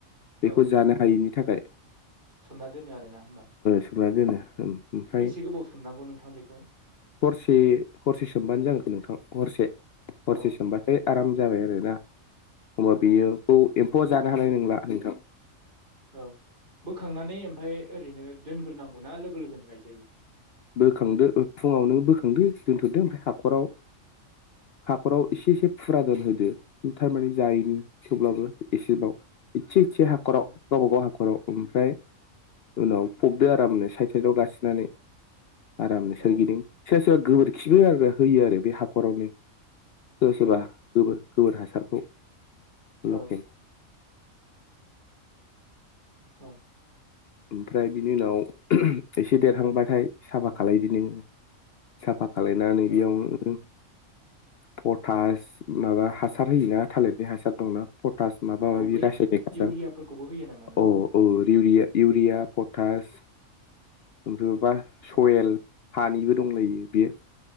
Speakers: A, on the left; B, on the right.
A: बेखौ
B: औ
A: जानो हायैनि थाखाय।
B: सोमना दोनो आरोना होमबा?
A: सोमना दोनो ओमफ्राय
B: बेसे गोबाव सोमनांगौ नोंथां बेखौ?
A: हरसे हरसे सोमबानो जागोन नोंथां हरसे हरसे
B: अ
A: सोमबाथाय आराम जाबाय आरोना। होमबा
B: औ
A: बियो बिखौ एमफऔआ जानो हानाय नंला नोंथां।
B: औ बोखांनानै ओमफ्राय ओरैनो दोनग्रोनांगौना लोगो लोगोनो गायजायो?
A: बोखांदो ओ फुंङावनो बोखांदो दोनथ'दो ओमफ्राय हाखराव हाखराव एसे एसे फुरादोन होदो थारमाने जायैनि थेवब्लाबो एसेबाव। इसे इसे हाखराव
B: औ
A: गावबाागाव हाखराव ओमफ्राय उनाव फबदो आरामनो साइथ साइथाव गासिननानै। आरामनो
B: अ
A: सोरगिदिं सोर सोरबा गोबोरखिबो आरो होयो आरो बे हाखरावनो। सोरबा सोरबा
B: औ
A: गोबोर गोबोर हासारखौ
B: औ
A: लकेल।
B: औ।
A: ओमफ्राय बिनि उनाव उमह उमह एसे देरहांबाथाय साफा खालदो नोंङो। साफा खालायनानै बेयावनो
B: औ
A: पटास माबा हासार होयोना थालिरनि हासार दंना माबााब
B: औ बै
A: र सार
B: इउरियाफोरखौबो होयो नामा नोंथां?
A: औ <unintelligible> रिउरिया इउरिया पटास ओमफ्रायबा सयेल।
B: औ
A: हानिबो दंलायो बे